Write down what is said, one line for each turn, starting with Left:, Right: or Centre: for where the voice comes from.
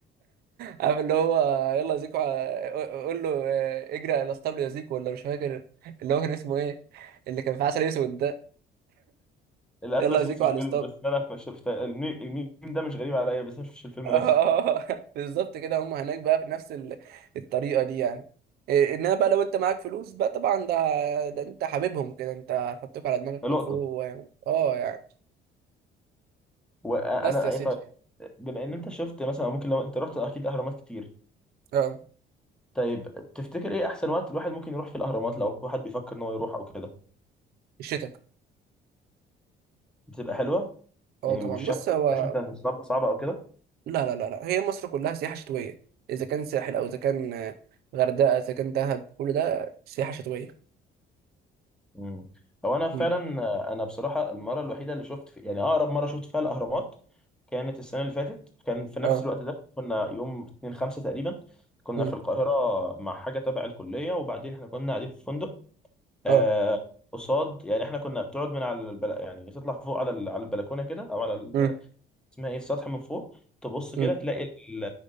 Right: عارف اللي هو يلا يا زيكو ع- قول له آه، اجري على الاسطبل يا زيكو ولا مش فاكر اللي هو كان اسمه ايه اللي كان في عسل اسود ده
Centre: للاسف
Right: يلا يا زيكو
Centre: شفت الفيلم
Right: على الاسطبل
Centre: بس انا ما شفت الميم الميم ده مش غريب عليا بس انا ما شفتش الفيلم
Right: آه،
Centre: نفسه
Right: <laughs> بالظبط كده هم هناك بقى في نفس ال- الطريقه دي يعني إيه، انما بقى لو انت معاك فلوس بقى طبعا ده ده انت حبيبهم كده انت هتحطوك على دماغك
Centre: ده
Right: من
Centre: لقطه
Right: فوق و- اه يعني
Centre: وانا
Right: بس يا
Centre: اي
Right: سيدي
Centre: طيب بما ان انت شفت مثلا ممكن لو انت رحت اكيد اهرامات كتير
Right: اه
Centre: طيب تفتكر ايه احسن وقت الواحد ممكن يروح في الاهرامات لو واحد بيفكر ان هو يروح او كده
Right: الشتاء
Centre: بتبقى حلوه
Right: اه
Centre: يعني
Right: طبعا
Centre: والشمس
Right: بص هو
Centre: الشمس صعبه صعبه او كده
Right: لا لا لا لا هي مصر كلها سياحة شتوية إذا كان ساحل أو إذا كان آه، غردقة إذا كان دهب كل ده سياحة شتوية
Centre: مم. هو انا
Right: مم.
Centre: فعلا انا بصراحه المره الوحيده اللي شفت في يعني اقرب مره شفت فيها الاهرامات كانت السنه اللي فاتت كان في نفس
Right: اه
Centre: الوقت ده كنا يوم 2 5 تقريبا كنا
Right: مم.
Centre: في القاهره مع حاجه تبع الكليه وبعدين احنا كنا قاعدين في فندق آه
Right: اه
Centre: قصاد يعني احنا كنا بتقعد من على البل... يعني تطلع فوق على ال- على البلكونه كده او على ال...
Right: مم.
Centre: اسمها ايه السطح من فوق تبص
Right: مم.
Centre: كده تلاقي ال... ال...